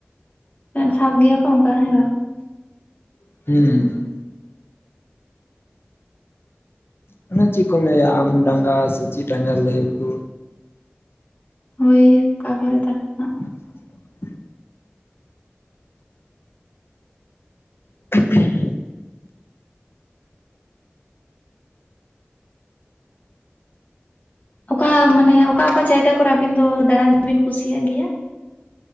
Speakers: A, on the left; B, on the left.
A: ᱪᱷᱟᱵ ᱜᱮᱭᱟ ᱚᱱᱠᱟ ᱦᱮᱸ ᱵᱟᱝ᱾
B: ᱦᱩᱸ᱾ ᱚᱱᱮ ᱪᱮᱫ ᱠᱚ ᱞᱟᱹᱭᱟ ᱟᱢ ᱰᱟᱸᱜᱟ ᱥᱮ ᱪᱮᱫ ᱰᱟᱸᱜᱟ ᱞᱟᱹᱭᱟ ᱠᱩ?
A: ᱦᱳᱭ ᱚᱠᱟ ᱠᱚᱨᱮ ᱛᱟᱠ ᱱᱟᱦᱜ᱾
B: <inaudible> <inaudible>
A: ᱚᱠᱟ ᱢᱟᱱᱮ ᱚᱠᱟ ᱚᱠᱟ ᱡᱟᱭᱜᱟ ᱠᱚᱨᱮ ᱟᱵᱤᱱ ᱫᱚ ᱫᱟᱬᱟᱱ ᱵᱤᱱ ᱠᱩᱥᱤᱭᱟᱜ ᱜᱮᱭᱟ?